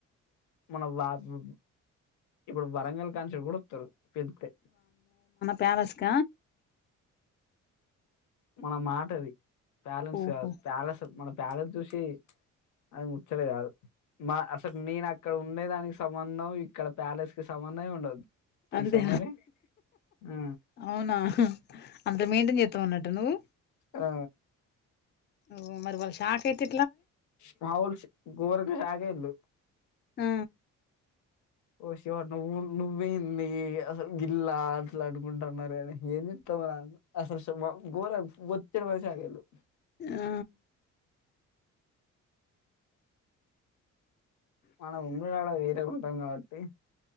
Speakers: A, on the left; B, on the left.
A: మన వాసు ఇప్పుడు వరంగల్ కాంచి గుడత్తరు పిళ్తే
B: ప్యాలస్క
A: మన మాటది ప్యాలెంట్స్
B: ఓహో
A: కాదు ప్యాలట్ మన ప్యాలస్ చూసి అది ముచ్చట కాదు మా అసల్ నేన్ అక్కడ ఉండే దానికి సంబంధం ఇక్కడ ప్యాలెస్కి సం బంధమే ఉండదు తెలుసా
B: అంతే
A: మరి? ఆ!
B: అవునా అంత మెయింటెన్ చేత్తవన్నట్ట నువు.
A: ఆ!
B: మ్ మరి నాకైతే
A: మావోల్ గోరంగా <inaudible>
B: ఆ
A: ఓ శివా నువ్వు నువైన్ది అసలు గిల్లా అట్లా అనుకుంటున్నారని ఏం జే అసలు <inaudible> గోరం బొచ్చెడు మనిషి ఆగిళ్లు
B: ఆ
A: మనం ఉండుడ్ ఆడ వేరే ఉంటం కాబట్టి